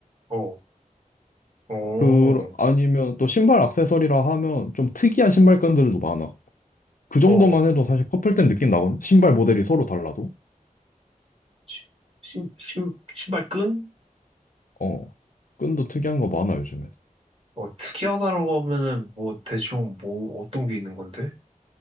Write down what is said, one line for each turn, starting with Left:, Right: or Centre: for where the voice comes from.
Right: 어, 어,
Left: 그, 아니면 또 신발 액세서리라 하면 좀 특이한 신발끈들도 많아. 그 정도만
Right: 어,
Left: 해도 사실 커플템 느낌 나거든? 신발 모델이 서로 달라도.
Right: 신, 신, 신- 신발 끈?
Left: 어. 끈도 특이한 거 많아, 요즘에.
Right: 어, 특이하다라고 하면은, 뭐, 대충, 뭐, 어떤 게 있는 건데?